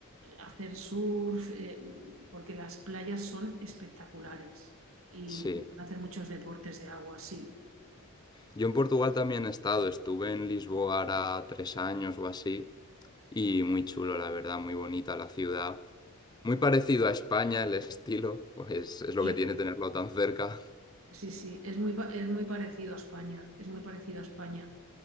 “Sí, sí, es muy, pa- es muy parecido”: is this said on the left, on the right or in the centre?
Right